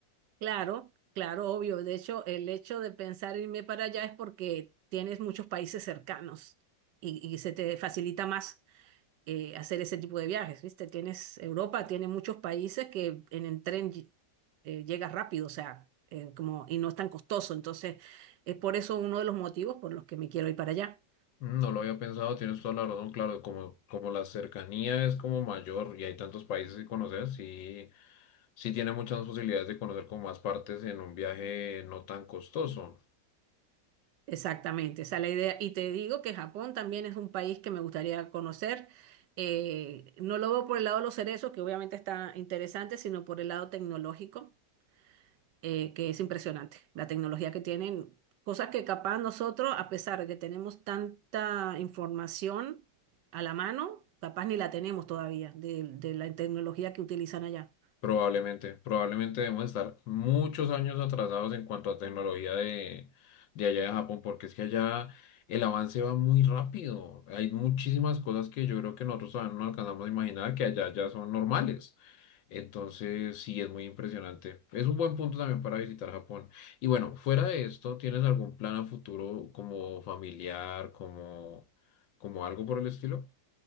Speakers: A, on the right; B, on the left.
A: Claro, claro, obvio. De hecho, el hecho de pensar irme para allá es porque tienes muchos países cercanos y, y se te facilita más eh, hacer ese tipo de viajes, ¿viste? Tienes Europa, tiene muchos países que en el tren ll- eh, llegas rápido, o sea, eh, como, y no es tan costoso. Entonces, es por eso uno de los motivos por los que me quiero ir para allá.
B: No lo había pensado, tienes toda la razón, claro, como, como la cercanía es como mayor y hay tantos países que conocer, sí, sí tiene muchas posibilidades de conocer como más partes en un viaje no tan costoso.
A: Exactamente, esa es la idea. Y te digo que Japón también es un país que me gustaría conocer. Eh, no lo veo por el lado de los cerezos, que obviamente está interesante, sino por el lado tecnológico, eh, que es impresionante. La tecnología que tienen, cosas que capaz nosotros, a pesar de que tenemos tanta información a la mano, capaz ni la tenemos todavía de, de la tecnología que utilizan allá.
B: Probablemente, probablemente debemos estar muchos años atrasados en cuanto a tecnología de, de allá de Japón, porque es que allá el avance va muy rápido. Hay muchísimas cosas que yo creo que nosotros todavía no alcanzamos a imaginar que allá ya son normales. Entonces, sí, es muy impresionante. Es un buen punto también para visitar Japón. Y bueno, fuera de esto, ¿tienes algún plan a futuro como familiar, como, como algo por el estilo?